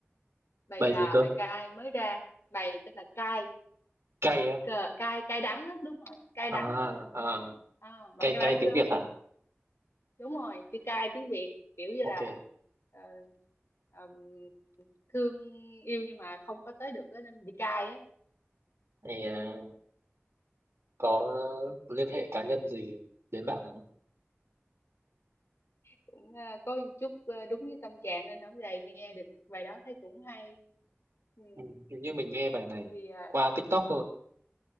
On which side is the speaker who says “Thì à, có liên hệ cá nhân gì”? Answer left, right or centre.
Right